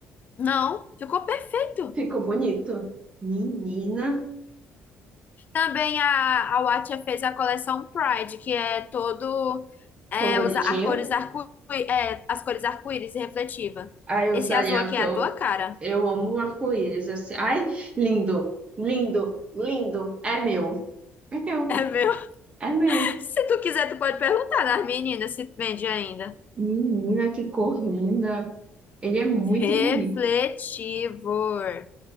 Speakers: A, on the left; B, on the right.
A: Não, ficou perfeito.
B: Ficou bonito. Menina,
A: Também a, a Watcha fez a coleção Pride, que é todo é,
B: coloridinho.
A: os, a cores arco, é, as cores arco-íris e refletiva.
B: Ai, eu
A: Esse
B: usaria,
A: azul aqui
B: porque
A: é
B: eu,
A: a tua cara.
B: eu amo o arco-íris, assim. Ai, lindo, lindo, lindo. É meu. É meu,
A: É meu.
B: é meu.
A: <laughs> Se tu quiser, tu pode perguntar das meninas se vende ainda.
B: Menina, que cor linda. Ele é muito
A: Refletivor.
B: bonito.